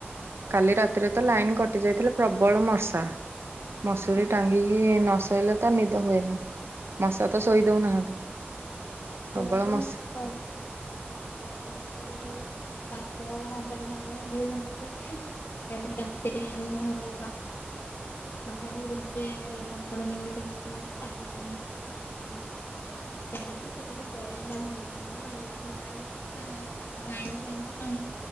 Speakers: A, on the right (about 75°); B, on the left (about 75°).
A: କାଲି ରାତିରେ ତ ଲାଇନ କଟି ଯାଇଥିଲା ପ୍ରବଳ ମସା। ମସୁରୀ
B: ଅଛନ୍ତି?
A: ଟାଙ୍ଗିକି ନସୋଇଲେ ତ ନିଦ ହୁଏନି ମଶା ତ ଶୋଇ ଦଉନାହାନ୍ତି।
B: ସେଇଆ
A: ପ୍ରବଳ
B: ପା <unintelligible>
A: ମଶା
B: ବର୍ଷା <unintelligible> ସାପ କଙ୍କଡା ନେଉଳ ହେରିକା ବି ବାହାରୁଚନ୍ତି। କାଲି ରାତିରେ ଆମ ଘର ବା ବାହାରୁ ଗୋଟେ କଙ୍କଡା ନେଉଡ଼ ରେ ବଡ଼ଟେ ବାହାରିଲା। ତାକୁ ପୁଣି ଯୋଉ ହଁ ସିଆଡେ ପୁଣି ସେ ଗୋଟେ ପଳେଇଲା ଭଲ ନନେ ଯଦି ଘର ଆଡେ ଆସିଥାନ୍ତା ଲଇନ ଫାଇନ ତ ନହିଁ।